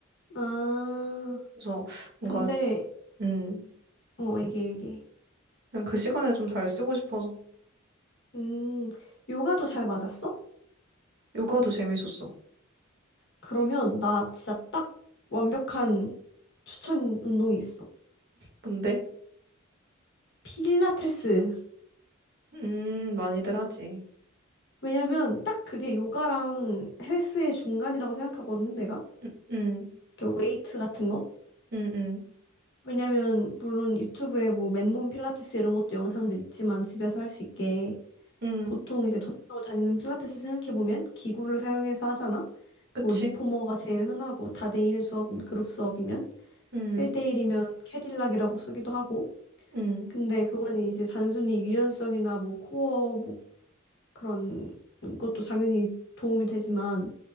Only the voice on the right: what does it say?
그래서 뭔가
음
그냥 그 시간에 좀 잘 쓰고 싶어서
요가도 재밌었어.
근데
음 많이들 하지.
음 음
음 음
음,
그치?
음
음.